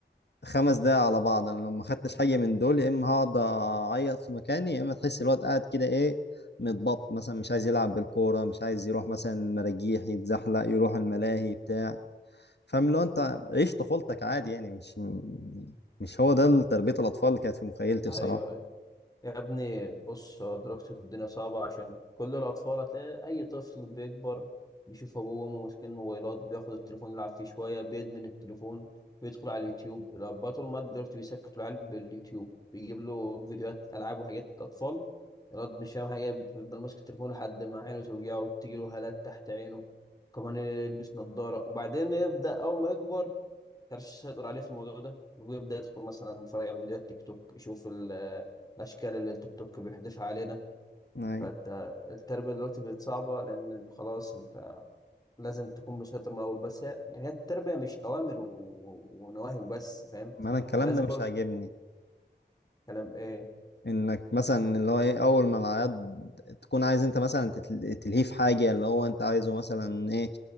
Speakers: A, on the left (about 65°); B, on the left (about 20°).
A: خمس دقايق على بعض انا لو ما خدتش حاجة من دول يا اما هقعد اعيط في مكاني يا اما تحس الواد قاعد كده ايه متبط مثلا مش عايز يلعب بالكورة مش عايز يروح مثلا مراجيح يتزحلق يروح الملاهي بتاع فاهم لو انت عيش طفولتك عادي يعني مش مش هو ده تربية الأطفال اللي كانت في مخيلتي
B: ايوه
A: بصراحة
B: يا ابني بص هو دلوقتي الدنيا صعبة عشان كل الأطفال هتلاقي أي طفل بيكبر بيشوف أبوه وأمه ماسكين موبايلات بياخد التليفون يلعب فيه شوية بيدمن التليفون بيدخل على اليوتيوب الأباء طول ما دلوقتي بيسكتوا العيال باليوتيوب بيجيب له فيديوهات ألعاب وحاجات أطفال الواد مش فاهم حاجة بيفضل ماسك التليفون لحد ما عينه توجعه وتجيله هالات تحت عينه كمان يلبس نظارة وبعدين يبدأ أول ما يكبر كانش يسيطر عليه في الموضوع ده ويبدأ يدخل مثلا يتفرج على فيديوهات تيك توك يشوف ال- الأشكال اللي التيك توك بيحذفها علينا
A: أي
B: فالتربية دلوقتي بقت صعبة لأن خلاص أنت لازم تكون مسيطر من الأول بس هي يعني هي التربية مش أوامر و- ونواهي وبس فاهم
A: ما أنا الكلام
B: يعني لازم
A: ده مش
B: برضو
A: عاجبني
B: كلام إيه
A: إنك مثلا اللي هو إيه أول ما العياد تكون عايز أنت مثلا تتل- تلهيه في حاجة اللي هو أنت عايزه مثلا إيه